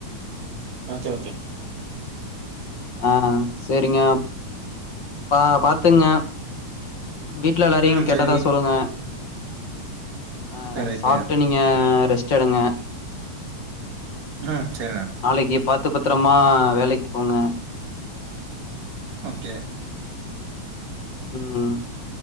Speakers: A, on the right; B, on the left.
A: ஓகே ஓகே
B: ஆ சேரிங்க பா பாத்துங்க வீட்டுல எல்லாரையு
A: ம்
B: கேட்டதா
A: சரி
B: சொல்லுங்க அ
A: சரி ரைட்டு
B: சாப்புட்டு நீங்க ஆ ரெஸ்ட் எடுங்க
A: ம் செரினே
B: நாளைக்கு பாத்து பத்திரமா வேலைக்கு போங்க
A: ஓகே
B: ம்